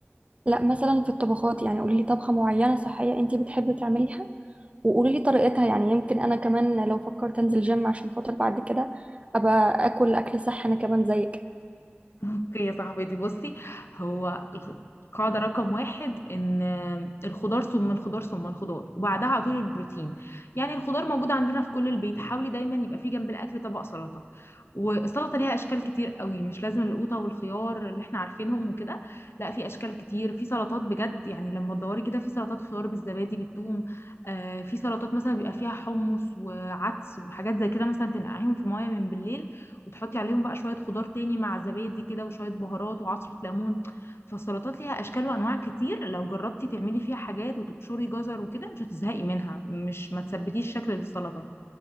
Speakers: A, on the right; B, on the left.
A: لا مثلا في الطبخات يعني قولي لي طبخة معينة صحية انتي بتحبي تعمليها وقولي لي طريقتها يعني يمكن انا كمان لو فكرت انزل جيم عشان خاطر بعد كده ابقى اكل اكل صح انا كمان زيك
B: اوكي يا صاحبتي بصي هو الخ- قاعدة رقم واحد ان الخضار ثم الخضار ثم الخضار وبعدها على طول البروتين يعني الخضار موجود عندنا في كل البيت حاولي دايما يبقى في جنب الاكل طبق سلطة والسلطة ليها اشكال كتير قوي مش لازم القوطة والخيار اللي احنا عارفينهم وكده لا في اشكال كتير في سلطات بجد يعني لما تدوري كده في سلطات خيار بالزبادي بالثوم آه في سلطات مثلا بيبقى فيها حمص وعدس وحاجات زي كده مثلا تنقعيهم في مية من بالليل وتحطي عليهم بقى شوية خضار تاني مع زبادي كده وشوية بهارات وعصرة ليمون فالسلطات ليها أشكال وأنواع كتير لو جربتي تعملي فيها حاجات وتبشري جزر وكده مش هتزهقي منها مش ما تثبتيش شكل السلطة